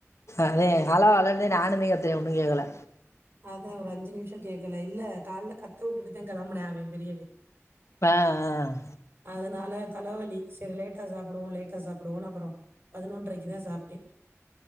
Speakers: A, on the left (about 65°); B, on the right (about 50°).
A: அதே அலோ அலோன் தே நானுந்தே கத்துறே ஒன்னு கேக்கல
B: அதெ ஒரு அஞ்சு நிம்ஷொ கேட்கல இல்ல கால்ல கத்த வுட்டுட்டுதே கெளம்புனெ அவெ பெரியவே
A: ப அ
B: அதனால தலவலி செரி லேட்டா சாப்புடுவோ லேட்டா சாப்புடுவோனு அப்புறோ பதுனொன்றரைக்கு தா சாப்டே